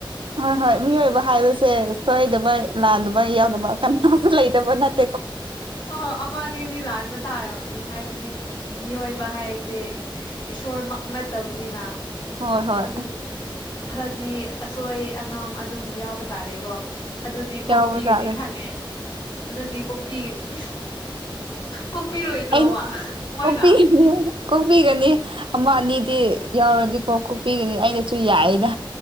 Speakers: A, on the right (about 70°); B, on the left (about 60°).
A: ꯍꯣꯏ ꯍꯣꯏ ꯃꯤꯑꯣꯏꯕ ꯍꯥꯏꯕꯁꯦ ꯁꯣꯏꯗꯕ ꯂꯥꯟꯗꯕ ꯌꯥꯎꯗꯕ ꯀꯅꯥꯁꯨ ꯂꯩꯇꯕ ꯅꯠꯇ
B: ꯑꯣ ꯑꯃꯉꯗꯤ ꯂꯥꯟꯕ ꯇꯥꯔꯕꯅꯤ ꯍꯥꯏꯕꯗꯤ ꯃꯤꯑꯣꯏꯕ ꯍꯥꯏꯁꯦ ꯏꯁꯣꯔꯃꯛ ꯅꯠꯇꯕꯅꯤꯅ
A: ꯍꯣꯏ ꯍꯣꯏ
B: ꯑꯗꯨꯝ ꯈꯔꯗꯤ ꯑꯁꯣꯏ ꯑꯅꯥꯥꯝ ꯑꯗꯨꯝ ꯌꯥꯎꯕ ꯇꯥꯔꯦꯀꯣ ꯑꯗꯨꯗꯤ ꯀꯣꯛꯄꯤꯒꯅꯤ
A: ꯌꯥꯎꯕ ꯇꯥꯔꯦ
B: ꯈꯪꯉꯦ ꯑꯗꯨꯗꯤ ꯀꯣꯛꯄꯤꯒꯅꯤ ꯀꯣꯛꯄꯤꯔꯣꯏꯗ꯭ꯔꯣꯕ
A: ꯑꯩꯅ
B: ꯃꯣꯏꯅ
A: ꯀꯣꯛꯄꯤꯒꯅꯤ ꯀꯣꯛꯄꯤꯒꯅꯤ ꯑꯃ ꯑꯅꯤꯗꯤ ꯌꯥꯎꯔꯗꯤꯀꯣꯛ ꯀꯣꯛꯄꯤꯒꯅꯤ ꯑꯩꯅꯁꯨ ꯌꯥꯏꯌꯦꯩꯅ